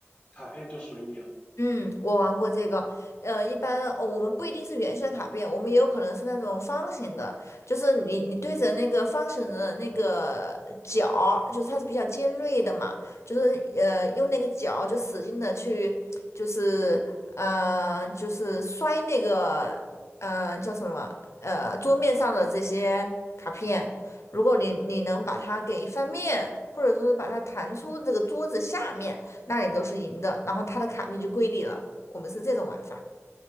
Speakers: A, on the left; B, on the left.
A: 卡片就属于你了。
B: 嗯，我玩过这个，呃，一般哦，我们不一定是圆形的卡片，我们也有可能是那种方形的，就是你你对着那个方形的那个角儿就是它是比较尖锐的嘛，就是呃用那个角就使劲的去，就是呃就是摔那个呃叫什么呃桌面上的这些卡片，如果你你能把它给翻面，或者说是把它弹出这个桌子下面。那你都是赢的，然后他的卡片就归你了。我们是这种玩法。